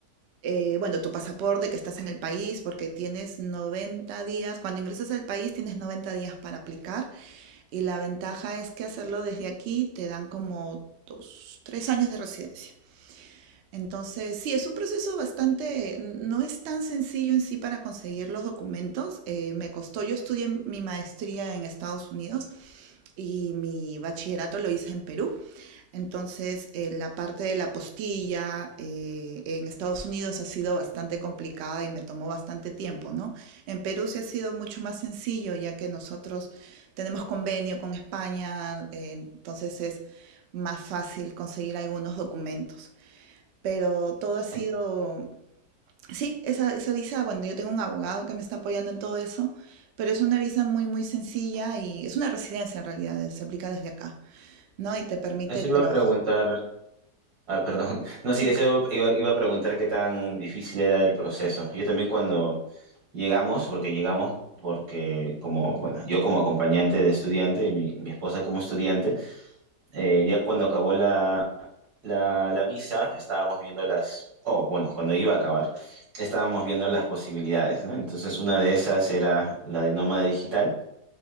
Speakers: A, on the right (about 80°); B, on the right (about 65°).
A: eh, bueno, tu pasaporte, que estás en el país, porque tienes 90 días, cuando ingresas al país tienes 90 días para aplicar y la ventaja es que hacerlo desde aquí te dan como dos, tres años de residencia. Entonces, sí, es un proceso bastante, no es tan sencillo en sí para conseguir los documentos. Eh, me costó, yo estudié mi maestría en Estados Unidos y mi bachillerato lo hice en Perú. Entonces, eh, la parte de la postilla eh, en Estados Unidos ha sido bastante complicada y me tomó bastante tiempo, ¿no? En Perú sí ha sido mucho más sencillo, ya que nosotros tenemos convenio con España, eh, entonces es más fácil conseguir algunos documentos. Pero todo ha sido,
B: Es-
A: sí, esa, esa visa, bueno, yo tengo un abogado que me está apoyando en todo eso, pero es una visa muy, muy sencilla y es una residencia en realidad, se aplica desde acá, ¿no? Y te permite
B: Eso
A: trabajar.
B: iba a preguntar, ah, perdón, <laughs> No,
A: Sí,
B: sí, eso
A: claro.
B: iba, iba a preguntar qué tan difícil era el proceso. Yo también cuando llegamos, porque llegamos porque como, bueno, yo como acompañante de estudiante y mi, mi esposa como estudiante, eh, ya cuando acabó la, la, la visa, estábamos viendo las, oh, bueno, cuando iba a acabar, estábamos viendo las posibilidades, ¿no? Entonces una de esas era la de nómada digital